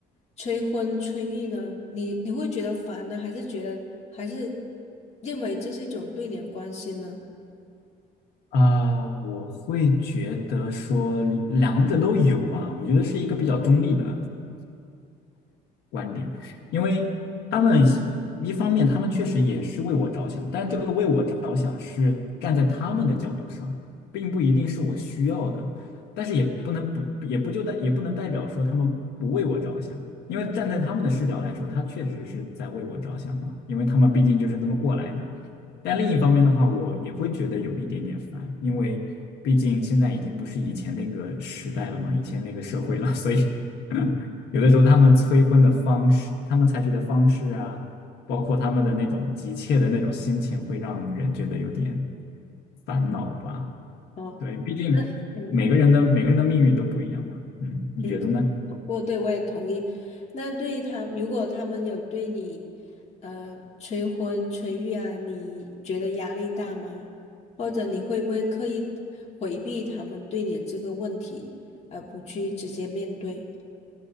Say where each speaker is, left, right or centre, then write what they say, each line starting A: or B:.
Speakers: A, on the left; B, on the left.
A: 催婚催育呢？你你会觉得烦呢，还是觉得还是认为这是一种对你的关心呢？
B: 啊、我会觉得说两者都有吧。我觉得是一个比较中立的。观点，因为他们一方面他们确实也是为我着想，但这个为我着想是站在他们的角度上，并不一定是我需要的，但是也不能不也不就代也不能代表说他们不为我着想，因为站在他们的视角来说，他确实是在为我着想嘛，因为他们毕竟就是这么过来的。但另一方面的话，我也会觉得有一点点烦，因为毕竟现在已经不是以前那个时代了嘛，以前那个社会了，所以。有的时候他们催婚的方式，他们采取的方式啊，包括他们的那种急切的那种心情，会让人觉得有点烦恼吧。
A: 哦，
B: 对，毕竟每个人的每个人的命运都不一样嘛。
A: 那。嗯。
B: 嗯，你觉得呢？
A: 嗯，我对我也同意。那对于他，如果他们有对你，呃，催婚催育啊，你觉得压力大吗？或者你会不会刻意回避他们对你这个问题，而不去直接面对？